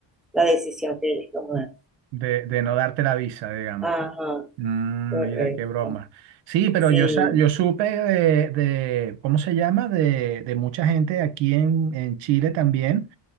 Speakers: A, in the centre; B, on the right.
A: la decisión que ellos tomaron.
B: De, de no darte la visa, digamos.
A: Ajá,
B: Mm,
A: correcto.
B: mira, qué broma. Sí, pero
A: Sí,
B: yo, sa- yo supe de, de- ¿cómo se llama? De, de mucha gente aquí en, en Chile también